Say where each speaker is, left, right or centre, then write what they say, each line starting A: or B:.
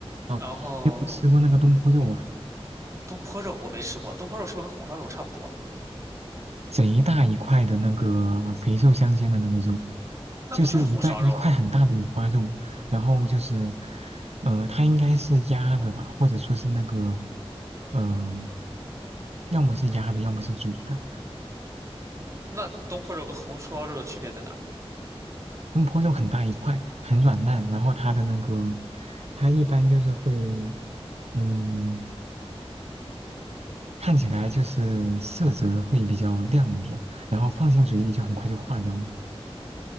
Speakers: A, on the right (about 80°); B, on the right (about 30°).
A: 嗯，
B: 然后
A: 你有没有吃过那个东坡肉啊？
B: 东坡肉我没吃过，东坡肉是不是跟红烧肉差不多？
A: 贼大一块的那个肥瘦相间的那个肉，
B: 那不就是红烧肉吗？
A: 就是一段一块很大的五花肉，然后就是，呃，它应该是鸭的吧，或者说是那个，呃，要么是鸭的，要么是煮的。
B: 那东坡肉跟红烧肉的区别在哪儿？
A: 东坡肉很大一块，很软烂，然后它的那个，它一般就是会，嗯，看起来就是色泽会比较亮一点，然后放进嘴里就很快就化掉了。